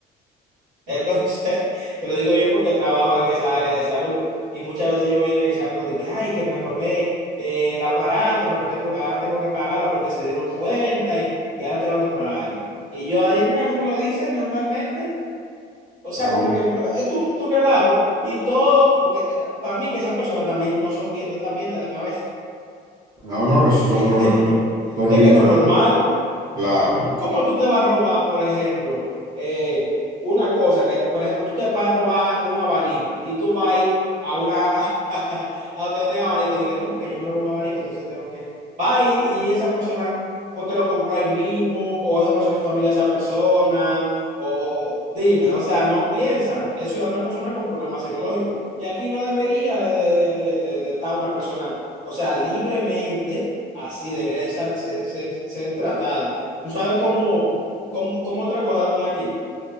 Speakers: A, on the right; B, on the right.
A: Entonces, <laughs> te lo digo yo porque trabajo en esa área de salud y muchas veces yo vienen echando de que, ay, que me robé eh, el aparato, pero tengo, ahora tengo que pagarlo porque se dieron cuenta y, y ahora tengo que pagarlo. Y yo ahí, mira cómo lo dice normalmente, o sea,
B: No,
A: como
B: Hombre,
A: que no- es tu, tu relajo y todo, porque eh, para mí que esas personas también no son bien, no están bien de la cabeza. <laughs>
B: no, no, que eso es un
A: Es
B: problema
A: que,
B: con, con
A: es
B: Licor.
A: que no es normal.
B: Claro,
A: ¿Cómo tú te vas a robar, por ejemplo, eh, una cosa que, por ejemplo, tú te vas a robar un abanico y tú vas a ir a una, <laughs> a donde venden abanico y dices, no, porque yo me robé un abanico, entonces tengo que, va y, y esa persona fue que lo compró ahí mismo, o esa persona es familia de esa persona, o dime, o sea, no piensan, eso es una persona con problemas psicológicos. Y aquí no debería de, de- de- de- de de estar una persona, o sea, libremente, así debería de ser, ser, ser ser tratada. Tú sabes cómo, cómo, cómo otra cosa también aquí.